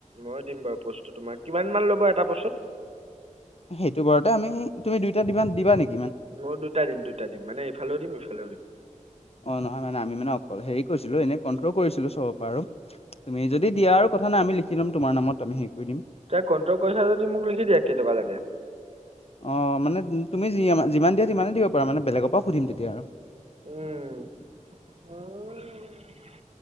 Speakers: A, on the right; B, on the left.
A: মই দিম বাৰু প'ষ্টটো তোমাৰ, কিমান মান ল'ব এটা প'স্তত।
B: সেইটো বাৰতে আমি, তুমি দুইটা দিবা-দিবা নি।
A: মই দুইটা দিম-দুইটা দিম, মানে এইফালেও দিম সেইফালেও দিম।
B: অ', নহয় মানে আমি মানে অকল হেৰি কৰিছিলো এনেই কণ্ট্ৰ কৰিছিলো চবৰ পৰা আৰু। তুমি যদি দিয়া আৰু কথা নাই, আমি লিখি ল'ম তোমাৰ নামত, আমি হেৰি কৰি দিম।
A: তে কণ্ট্ৰ কৰিছা যদি মোক লিখি দিয়া কেই টকা লাগে।
B: অ', মানে তুমি যি যিমান দিয়া সিমানেই দিব পাৰা মানে, বেলেগৰ পৰা সুধিম তেতিয়া আৰু।
A: উম। <unintelligible>